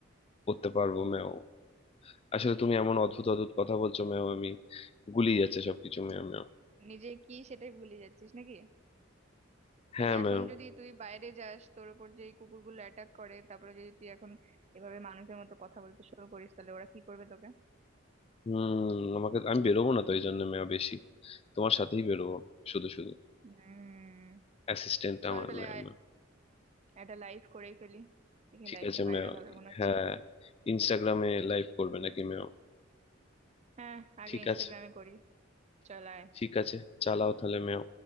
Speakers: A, on the left (about 30°); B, on the right (about 35°).
A: করতে পারবো ম্যাও আসলে তুমি এমন অদ্ভুত অদ্ভুত কথা বলছো ম্যাও আমি গুলিয়ে যাচ্ছে সবকিছু ম্যাও ম্যাও
B: নিজে কি সেটাই ভুলে যাচ্ছিস নাকি
A: হ্যাঁ
B: তাহলে
A: ম্যাও
B: এখন যদি তুই বাইরে যাস তোর উপর যে এই কুকুরগুলো অ্যাটাক করে তারপরে যদি তুই এখন এভাবে মানুষের মতো কথা বলতে শুরু করিস তাহলে ওরা কি করবে তোকে
A: হুম আমাকে আমি বেরোবো না তো এই জন্য ম্যাও বেশি তোমার সাথেই বেরোবো শুধু শুধু
B: হম
A: অ্যাসিস্ট্যান্ট
B: চল
A: আমার
B: তাহলে
A: ম্যাও
B: আয়
A: ম্যাও
B: একটা লাইভ করেই ফেলি দেখি
A: ঠিক
B: লাইভটা
A: আছে
B: ভাইরাল
A: ম্যাও
B: হবে মনে হচ্ছে
A: হ্যাঁ ইনস্টাগ্রামে লাইভ করবে নাকি ম্যাও
B: হ্যাঁ আগে
A: ঠিক
B: ইনস্টাগ্রামে
A: আছে
B: করি চল আয়
A: ঠিক আছে চালাও তাহলে ম্যাও